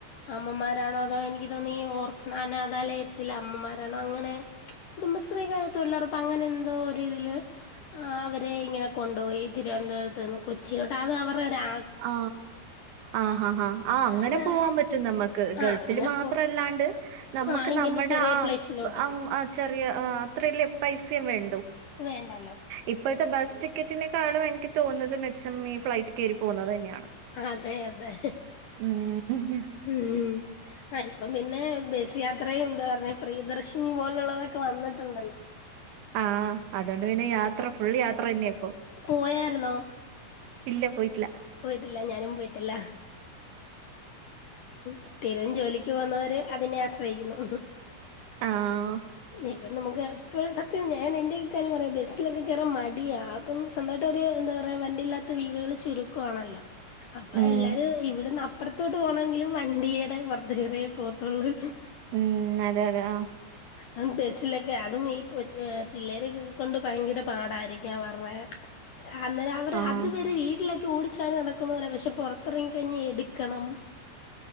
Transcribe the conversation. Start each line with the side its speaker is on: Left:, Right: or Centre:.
Left: അമ്മമാരാണോ അതോ എനിക്ക് തോന്നി ഈ ഓർഫൺ അനാഥാലയത്തിലെ അമ്മമാരാണോ അങ്ങനെ കുടുംബശ്രീകാര് തൊഴിലുറപ്പ് അങ്ങനെ എന്തോ ഒരുതില് ആ അവരെ ഇങ്ങനെ കൊണ്ടുപോയി തിരുവനന്തപുരത്ത് നിന്ന് കൊച്ചിയിലോട്ട് അത് അവരുടെ ഒരാ
Right: ആ ആഹ ഹാ ആ അങ്ങനെ
Left: അതാ
Right: പോവാൻ പറ്റും നമ്മുക്ക്
Left: ആ
Right: ഗൾഫിൽ
Left: അങ്ങനെ
Right: മാത്രല്ലാണ്ട്
Left: പോ
Right: നമുക്ക്
Left: ആ ഇങ്ങനെ
Right: നമ്മുടെ
Left: ചെറിയ
Right: ആ
Left: പ്ലേസിലോട്ട്
Right: ആ ചെറിയ ആ അത്രല്ലേ പൈസയും വേണ്ടു
Left: വേണ്ടല്ലോ
Right: ഇപ്പോഴത്തെ ബസ് ടിക്കറ്റിനെക്കാളും എനിക്ക് തോന്നുന്നത് മെച്ചം ഈ ഫ്ലൈറ്റ് കയറി പോകുന്നത് തന്നെയാണ്
Left: അതെ അതെ
Right: ഉം
Left: ഉം ആഹ് ഇപ്പം പിന്നെ ബസ് യാത്രയും എന്താ പറഞ്ഞ പ്രിയദർശിനി പോലുള്ളതൊക്കെ വന്നിട്ടുണ്ടല്ലോ
Right: ആഹ് അതുകൊണ്ട് പിന്നെ യാത്ര ഫുൾ യാത്ര തന്നെയാ ഇപ്പൊ
Left: പോയായിരുന്നോ
Right: ഇല്ല പോയിട്ടില്ല
Left: പോയിട്ടില്ല ഞാനും പോയിട്ടില്ല സ്ഥിരം ജോലിക്ക് പോകുന്നവര് അതിനെ ആശ്രയിക്കുന്നു
Right: ആഹ്
Left: അപ്പം നമുക്ക് ഇപ്പോഴ സത്യം ഞാൻ എന്റെയൊക്കെ കാര്യം പറയാം ബസ്സിലൊക്കെ കേറാൻ മടിയാ അപ്പം സ്വന്തമായിട്ട് ഒരു എന്താ പറയാ വണ്ടി ഇല്ലാത്ത വീടുകൾ ചുരുക്കാണല്ലോ അപ്പൊ
Right: ഉം
Left: എല്ലാരും ഇവിടുന്ന് അ പ്പറത്തോട്ട് പോണമെങ്കിലും വണ്ടിയടെ പൊറത്ത് കേറിയേ പോകത്തുള്ളൂ
Right: ഉം അതെ അതെ ആ
Left: അങ്ങ് ബസിലൊക്കെ അതും ഈ പിള്ളേരെ ഒക്കെ കൊണ്ട് ഭയങ്കര പാടായിരിക്കും അവർടെ അന്നെ അവർ
Right: ആഹ്
Left: അതുവരെ വീ ട്ടിൽ ഓടിച്ചാടി നടക്കുന്നോരാ പക്ഷെ പൊറത്തിറങ്ങി കഴഞ്ഞ എടുക്കണം